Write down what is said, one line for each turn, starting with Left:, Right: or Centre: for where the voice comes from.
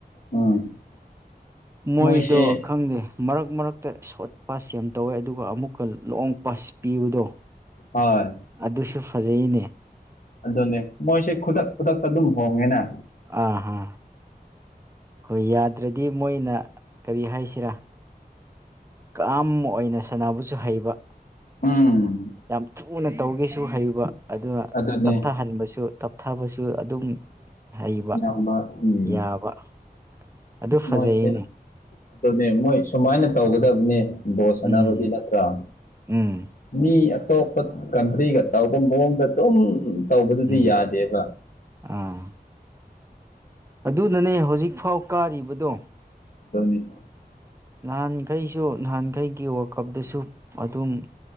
Left: ꯎꯝ
Right: ꯃꯣꯏꯗꯣ
Left: ꯃꯣꯏꯁꯦ
Right: ꯈꯪꯗꯦ ꯃꯔꯛ ꯃꯔꯛꯇ ꯁꯣꯠ ꯄꯁꯦꯟ ꯇꯧꯌꯦ ꯑꯗꯨꯒ ꯑꯃꯨꯛꯀ ꯂꯣꯡ ꯄꯁ ꯄꯤꯕꯗꯣ
Left: ꯍꯣꯏ
Right: ꯑꯗꯨꯁꯨ ꯐꯖꯩꯅꯦ
Left: ꯑꯗꯨꯅꯦ ꯃꯣꯏꯁꯦ ꯈꯨꯗꯛ ꯈꯨꯗꯛꯇ ꯑꯗꯨꯝ ꯍꯣꯡꯉꯦꯅꯦ
Right: ꯑꯥꯍꯥ ꯍꯣꯏ ꯌꯥꯗ꯭ꯔꯗꯤ ꯃꯣꯏꯅ ꯀꯔꯤ ꯍꯥꯏꯁꯤꯔꯥ ꯀꯥꯝ ꯑꯣꯏꯅ ꯁꯅꯥꯕꯨꯁꯨ ꯍꯩꯕ
Left: ꯎꯝ
Right: ꯌꯥꯝ ꯊꯨꯅ ꯇꯧꯒꯦꯁꯨ ꯍꯩꯕ ꯑꯗꯨꯅ
Left: ꯑꯗꯨꯅꯦ
Right: ꯇꯞꯊꯥꯍꯟꯕꯁꯨ ꯇꯞꯊꯥꯕꯁꯨ ꯑꯗꯨꯝ ꯍꯩꯕ
Left: ꯏꯌꯥꯝꯕ ꯎꯝ
Right: ꯌꯥꯕ ꯑꯗꯨ ꯐꯖꯩꯌꯦꯅꯦ
Left: ꯃꯣꯏꯁꯦ ꯑꯗꯨꯅꯦ ꯃꯣꯏ ꯁꯨꯃꯥꯏꯅꯥ ꯇꯧꯒꯥꯗꯕꯅꯦ ꯕꯣꯁ ꯁꯥꯅꯕꯗꯤ
Right: ꯎꯝ
Left: ꯅꯠꯇ꯭ꯔꯥ
Right: ꯎꯝ
Left: ꯃꯤ ꯑꯇꯣꯞꯄ ꯀꯟꯇ꯭ꯔꯤꯒ ꯇꯧꯕ ꯃꯑꯣꯡꯗ ꯑꯗꯨꯝ ꯇꯧꯕꯗꯨꯗꯤ
Right: ꯎꯝ
Left: ꯌꯥꯗꯦꯕ
Right: ꯑꯥ ꯑꯗꯨꯅꯅꯦ ꯍꯧꯖꯤꯛꯐꯥꯎ ꯀꯥꯔꯤꯕꯥꯗꯣ
Left: <unintelligible>
Right: ꯅꯍꯥꯟꯈꯩꯁꯨ ꯅꯍꯥꯟꯈꯩꯒꯤ ꯋꯥꯀꯞꯇꯁꯨ ꯑꯗꯨꯝ